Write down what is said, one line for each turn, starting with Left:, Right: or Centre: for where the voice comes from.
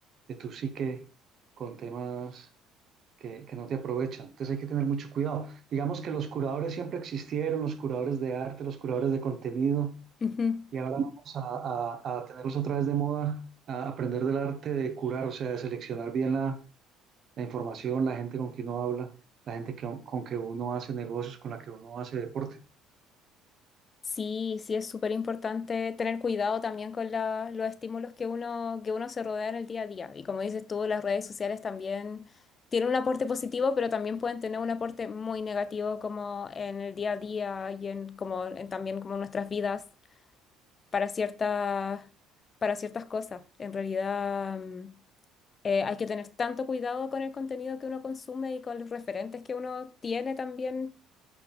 Right: de tu psique con temas que, que no te aprovechan. Entonces hay que tener mucho cuidado. Digamos que los curadores siempre existieron, los curadores de arte, los curadores de contenido,
Left: Ujú.
Right: y ahora vamos a, a- a tenerlos otra vez de moda, a aprender del arte de curar, o sea, de seleccionar bien la, la información, la gente con quien uno habla, la gente que- con que uno hace negocios, con la que uno hace deporte.
Left: Sí, sí es súper importante tener cuidado también con la- los estímulos que uno, que uno se rodea en el día a día. Y como dices tú, las redes sociales también tienen un aporte positivo, pero también pueden tener un aporte muy negativo como en el día a día y en, como, en también como nuestras vidas para ciertas, para ciertas cosas. En realidad, mm, eh, hay que tener tanto cuidado con el contenido que uno consume y con los referentes que uno tiene también